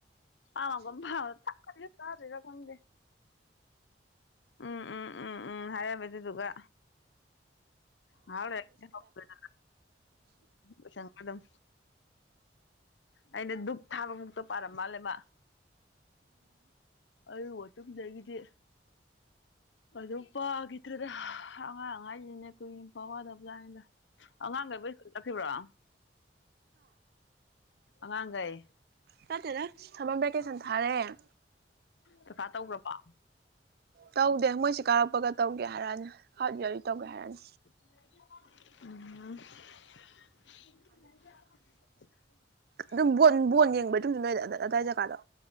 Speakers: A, on the left; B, on the right.
A: ꯄꯥꯃꯥꯗꯔꯥ ꯈꯪꯗꯦ ꯎꯝ ꯎꯝ ꯎꯝ ꯎꯝ ꯍꯥꯏꯔꯝꯃꯦ ꯑꯗꯨꯗꯨꯒ ꯍꯂꯦ ꯀꯄꯗ ꯎꯝꯁꯪ ꯑꯗꯨꯝ ꯑꯩꯅ ꯙꯗꯨꯛ ꯊꯥꯕ ꯃꯨꯛꯇ ꯄꯥꯔꯝ ꯃꯥꯜꯂꯦꯕ ꯑꯗꯨ ꯃꯇꯨꯡꯗꯒꯤꯗꯤ ꯑꯗꯣ ꯄꯥꯈꯤꯗ꯭ꯔꯗ ꯑꯉꯥꯡ ꯑꯉꯥꯏꯁꯤꯅꯦꯈꯣꯏ ꯄꯋꯥꯗ ꯑꯉꯥꯡꯈꯩꯕꯨ ꯁ꯭ꯀꯨꯜ ꯆꯠꯈꯤꯕ꯭ꯔꯣ ꯑꯉꯥꯡ ꯀꯥꯏ
B: ꯀꯇꯦꯔ ꯊꯃꯝꯕꯦ ꯆ ꯍꯥꯏꯔꯦ
A: ꯀꯀꯥ ꯇꯧꯈ꯭ꯔꯕ
B: ꯇꯧꯗꯦ ꯃꯣꯏꯁꯤ ꯀꯥꯔꯛꯄꯒ ꯇꯧꯒꯦ ꯍꯥꯏꯔꯛꯑꯅꯤ ꯀꯥꯔꯠ ꯌꯔꯤ ꯇꯧꯒꯦ ꯍꯥꯏꯔꯛꯅꯤ
A: ꯎ ꯑ <unintelligible>
B: ꯑꯗꯨꯝꯕ ꯕꯣꯟ ꯌꯦꯡꯕꯩ ꯑꯗꯨꯝꯁꯨ ꯂꯣꯏꯔ ꯑꯗꯥꯏ ꯖꯒꯥꯗꯣ